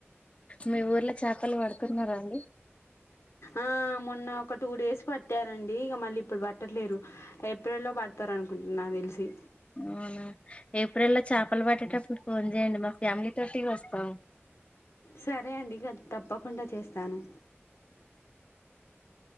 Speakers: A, on the left; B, on the left.
A: మీ ఊర్లో చేపలు పడుతున్నారా అండి
B: ఆ మొన్న ఒక టూ డేస్ పట్టారండి ఇక మళ్ళీ ఇప్పుడు పట్టట్లేరు ఏప్రిల్లో పడతారనుకుంటున్నాను నాకు తెలిసి
A: ఉహు ఏప్రిల్ లో చేపలు పట్టేటప్పుడు ఫోన్ చేయండి మా ఫ్యామిలీ తోటి వస్తాం
B: సరే అండి ఇక తప్పకుండా చేస్తాను